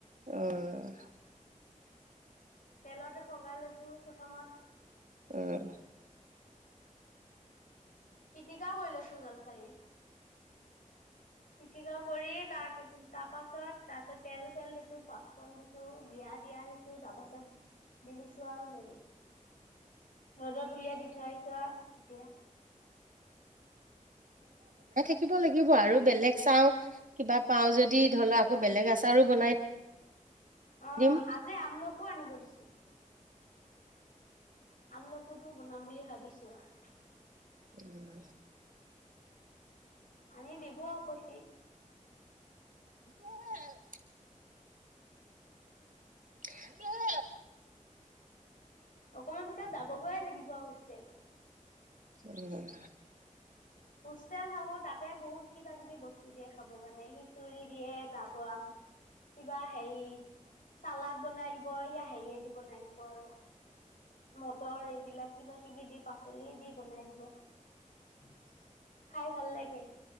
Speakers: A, on the right; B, on the left.
A: অহ
B: তেলতে পগাই লৈছো প্ৰথমত।
A: আহ
B: পিতিকা কৰি লৈছো জলফাৰী পিটিকা কৰি তাক -তাৰপাছত- তাৰপিছত তেল চেল দিছো। পাঁচফোৰণ দিছো। জীয়া চীয়া দিছো। তাৰ পাছত দি দিছো আৰু। ৰদত উলিয়াই দি থৈ আহিছো আৰু এতিয়া।
A: শিকিব লাগিব আৰু। বেলেগ চাও, কিবা পাও যদি ধলাও আকৌ বেলেগ আচাৰো বনাই
B: অ'হ।
A: দিম।
B: আজি আমলখো আনিব দিছো। আমলখুটো বনাম বুলি ভাবিছো আৰু।
A: উম
B: আনি দিব কৈছি।
A: <inaudible> <inaudible>
B: অকমান পিছত যাবগৈয়ে লাগিব আও হোষ্টেল।
A: উম।
B: হোষ্টেল থাকোঁ। তাতে বহুত কিবা-কিবি বস্তু দিয়ে। খাব কাৰণে। খিঁচুৰি দিয়ে। তাৰ পৰা আৰ কিবা হেৰি চালাড বনাই দিব। ই হেৰিয়েদি বনাই দিব আৰু। মটৰ এইবিলাক কিবা- কিবি দি পাচলি দি বনাই দিব। খাই ভাল লাগে।